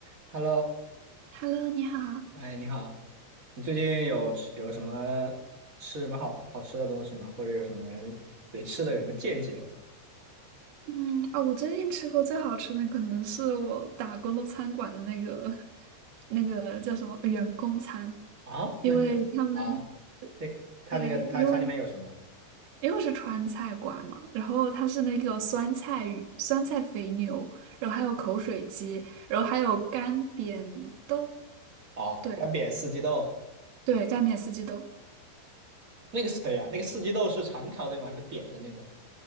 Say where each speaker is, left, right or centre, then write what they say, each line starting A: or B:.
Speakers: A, on the right (about 20°); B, on the right (about 75°).
A: Hello，
B: Hello，你好。
A: 哎，你好，你最近有吃有什么吃什么好好吃的东西吗？或者有什么对吃的有什么见解吗？
B: 嗯，哦，我最近吃过最好吃的可能是我打工的餐馆的那个 <laughs> 那个叫什么员工餐，
A: 啊，
B: 因为他们
A: 那那啊，那他那个他餐里面有什么？
B: 对，因为因为我是川菜馆嘛，然后它是那个酸菜鱼、酸菜肥牛，然后还有口水鸡，然后还有干煸豆，
A: 哦，
B: 对
A: 干煸四季豆，
B: 对，干煸四季豆，
A: 那个是对呀，那个四季豆是长条的那种还是扁的那种？